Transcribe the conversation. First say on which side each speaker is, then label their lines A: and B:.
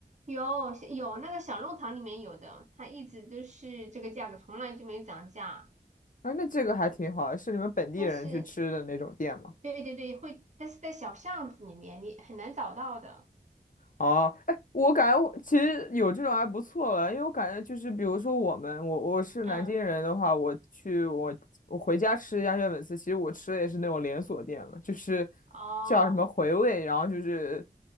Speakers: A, on the right; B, on the left.
A: 有有那个小弄堂里面有的，它一直都是这个价格，从来就没涨价。
B: 啊，那这个还挺好，是你们本地人去吃的那种店吗？
A: 但是，对对对，会，但是在小巷子里面你很难找到的。
B: 哦，哎，我感觉我其实有这种还不错了，因为我感觉就是，比如说我们，我我是南京人的话，
A: 嗯，
B: 我去我我回家吃鸭血粉丝，其实我吃的也是那种连锁店了，就是
A: 哦。
B: 叫什么回味，然后就是